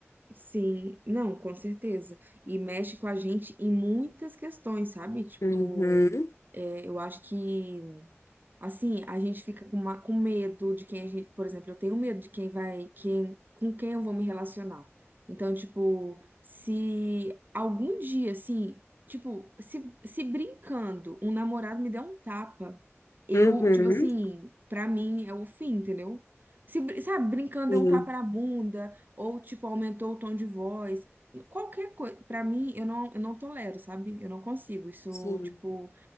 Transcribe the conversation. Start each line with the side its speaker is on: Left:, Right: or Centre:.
Right: Sim, não, com certeza. E mexe com a gente em muitas questões, sabe? Tipo,
Left: Uhum.
Right: é, eu acho que Assim, a gente fica com, uma- com medo de quem a gente, por exemplo, eu tenho medo de quem vai, quem, com quem eu vou me relacionar. Então, tipo, se algum dia, assim, tipo, se, se brincando, um namorado me der um tapa, eu,
Left: Uhum.
Right: tipo assim, pra mim é o fim, entendeu? Se, br- sabe, brincando
Left: Sim,
Right: é um tapa na bunda, ou, tipo, aumentou o tom de voz. Qualquer coisa, pra mim, eu não, eu não tolero, sabe? Eu não consigo. Isso,
Left: sim.
Right: tipo.